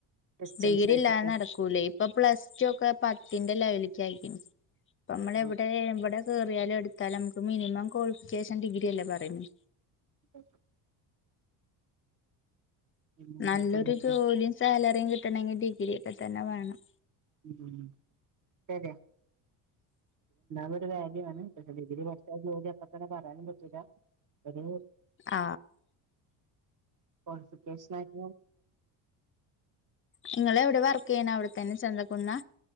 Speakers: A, on the right; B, on the left.
A: സിസ്റ്റംസ്
B: ഡിഗ്രില്ലാതെ
A: ആയിട്ടൊക്കെ
B: നടക്കൂലേയ് ഇപ്പം പ്ലസ് ടു ഒക്കെ പത്തിന്റെ ലെവലക്കായിക്ക്ണ് അപ്പമ്മ്ളെവിടേ
A: ആ
B: ഇവിടെ കേറിയാലും എടുത്താലും നമുക്ക് മിനിമം ക്വാളിഫിക്കേഷൻ ഡിഗ്രി അല്ലേ പറയുന്ന്.
A: ഉക് പിന്നെന്തൊക്കെന്നൊക്കെ
B: നല്ലൊരു ജോലിയും സാലറിയും കിട്ടണങ്കിൽ ഡിഗ്രിയൊക്കെതന്നെ വേണം.
A: ഉം ശരിആ വാല്യു ആണ് പക്ഷെ ഡിഗ്രി പഠിച്ചാ ജോലി അപ്പതന്നെ പറയാനും പറ്റൂല്ല ഒരു
B: ആ
A: ക്വാളിഫിക്കേഷൻ ആയിട്ട
B: നിങ്ങളെവിടെ വർക്ക്യ്യണ അവിടെത്തന്നെ ചന്തക്കുന്നാ